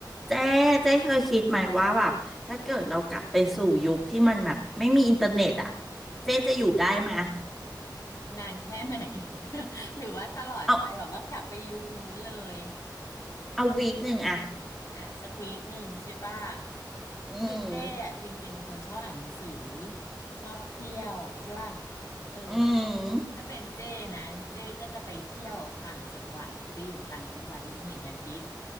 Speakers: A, in the centre; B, on the left.
A: เจ๊เจ๊เคยคิดไหมว่าแบบถ้าเกิดเรากลับไปสู่ยุคที่มันแบบไม่มีอินเทอร์เน็ตอ่ะเจ๊จะอยู่ได้ไหมย
B: นานแค่ไหน <laughs> หรือว่าตลอดไปแบบว่ากลับไปยุคนู้นเลย
A: เอาเอาวีคหนึ่งอ่ะ
B: อ่ะสักวีคหนึ่งใช่ป่ะ
A: อืม
B: คือเจ้อะจริงๆเป็นคนชอบอ่านหนังสือชอบเที่ยวใช่ป่ะเออ
A: อืม
B: ถ้าเป็นเจ้นะเจ้ก็จะไปเที่ยวต่างจังหวัดจะไปอยู่ต่างจังหวัดเลยหนึ่งอาทิตย์